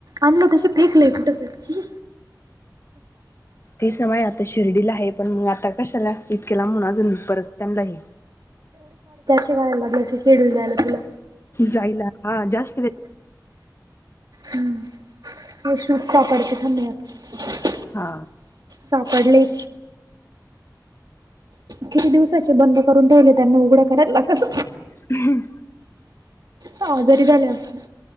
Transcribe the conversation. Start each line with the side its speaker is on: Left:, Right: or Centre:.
Right: आमलं तस फेकलं कुठ तर
Left: तेच नामा आता शिर्डीला आहे पण मग आता कशाला इतकला म्हणून अजून परत त्यांला आहे
Right: रायला लाग शेड्यूल जायला तुला
Left: जायला हा जास्त
Right: हम्म कशचछ पडते सम्यक
Left: हा
Right: सापडले किती दिवसाचे बंद करून ठेवले त्यांना उघडा करायला लागल
Left: ह्
Right: हजरी झाले असतते